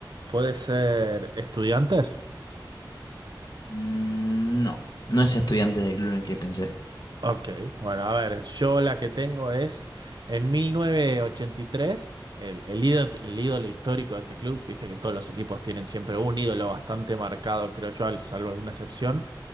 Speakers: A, on the right; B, on the left.
A: puede ser estudiantes.
B: Mm, No, no es estudiante del club en el que pensé.
A: Ok, bueno, a ver, yo la que tengo es en 1983, el, el ídolo, el ídolo histórico de este club, viste que todos los equipos tienen siempre un ídolo bastante marcado, creo yo, al- salvo alguna excepción,